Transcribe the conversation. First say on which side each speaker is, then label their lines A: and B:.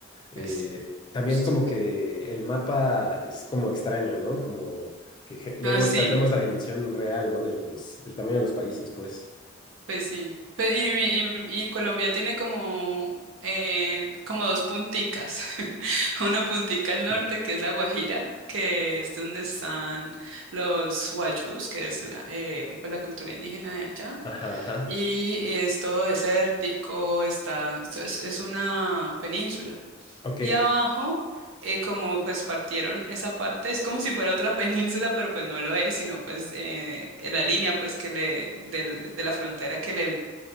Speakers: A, on the left (about 20°); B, on the right (about 70°).
A: Eh,
B: pues sí,
A: también
B: no sé.
A: como que el mapa es como extraño, ¿no? Como que je- luego
B: Ah, sí.
A: perdemos la dimensión real, ¿no? De los, del tamaño de los países, pues.
B: Pues sí. Pe- y, mi- y- y Colombia tiene como, eh, como dos punticas. <laughs> Una puntica al norte,
A: Mm.
B: que es la Guajira, que es donde están los guayús, que es la, eh, pues la cultura indígena de allá.
A: Ajá, ajá.
B: Y es todo desértico, está, esto es, es una península.
A: Ok.
B: Y abajo, eh, como pues partieron esa parte, es como si fuera otra <laughs> península, pero pues no lo es, sino pues eh, la línea pues que le, del- de la frontera que le